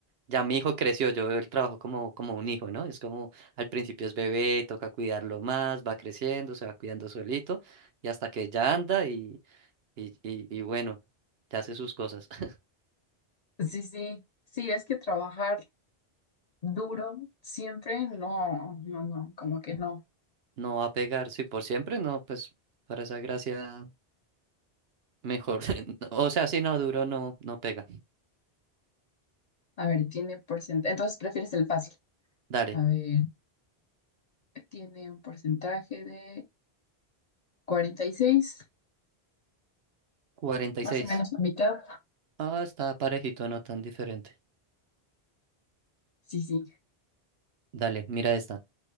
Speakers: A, on the right; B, on the left.
A: ya mi hijo creció, yo veo el trabajo como, como un hijo, ¿no? Es como al principio es bebé, toca cuidarlo más, va creciendo, se va cuidando solito y hasta que ya anda y, y, y, y bueno, ya hace sus cosas. <laughs>
B: Sí, sí, sí, es que trabajar duro siempre, no, no, no, como que no.
A: No va a pegar, si por siempre, no, pues para esa gracia. Mejor. <laughs> O sea, si no duro, no, no pega.
B: A ver, tiene porcentaje, entonces prefieres el fácil.
A: Dale.
B: A ver, tiene un porcentaje de cuarenta y seis
A: cuarenta y
B: más
A: seis
B: o menos la mitad.
A: Ah, está parejito, no tan diferente.
B: Sí, sí.
A: Dale, mira esta.